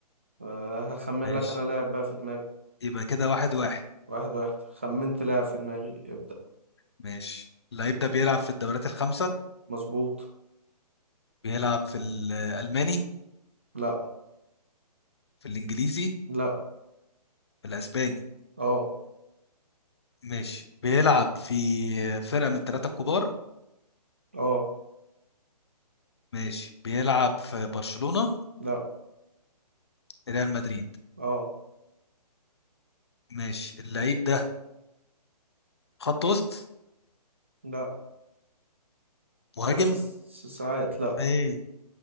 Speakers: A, on the right (about 20°); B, on the left (about 40°).
A: أه هخمن
B: ماشي
A: لك انا لاعب بقى في دماغي
B: يبقى كده واحد واحد
A: واحد واحد خمنت لاعب في دماغي ابدأ
B: ماشي اللعيب ده بيلعب في الدوريات الخمسة
A: مظبوط
B: بيلعب في الألماني
A: لا
B: في الإنجليزي
A: لا
B: في الأسباني
A: اه
B: ماشي بيلعب في فرقة من الثلاثة الكبار
A: اه
B: ماشي بيلعب في برشلونة
A: لا
B: ريال مدريد
A: اه
B: ماشي اللعيب ده خط وسط
A: لا
B: مهاجم
A: بس س- ساعات لا
B: مم.